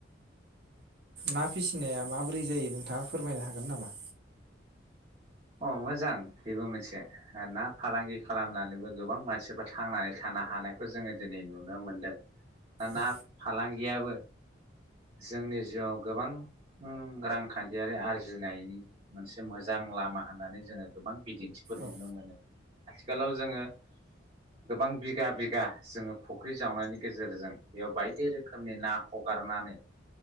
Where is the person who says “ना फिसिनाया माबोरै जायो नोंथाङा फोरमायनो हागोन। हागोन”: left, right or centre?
Right